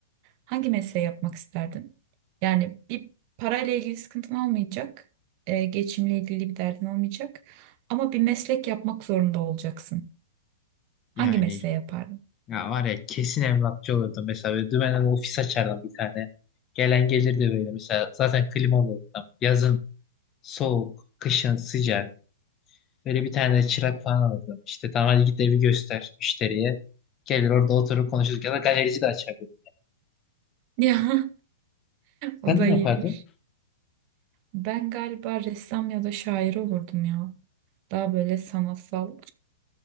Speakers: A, on the right (about 40°); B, on the left (about 25°).
A: hangi mesleği yapmak isterdin? Yani bir parayla ilgili sıkıntın olmayacak, e, geçimle ilgili bir derdin olmayacak ama bir meslek yapmak zorunda olacaksın. Hangi
B: Yani
A: mesleği yapardın?
B: ya var ya kesin emlakçı olurdum mesela. Böyle dümenden ofis açardım bir tane. Gelen gelirdi böyle mesela. Zaten klimalı ortam. Yazın soğuk, kışın sıcak. Böyle bir tane de çırak falan alırdım. İşte tamam hadi git evi göster müşteriye. Gelir orada oturup konuşuruz. Ya da galerici de açardım.
A: <laughs> Ya, o
B: Sen
A: da
B: ne yapardın?
A: iyiymiş. Ben galiba ressam ya da şair olurdum ya. Daha böyle sanatsal.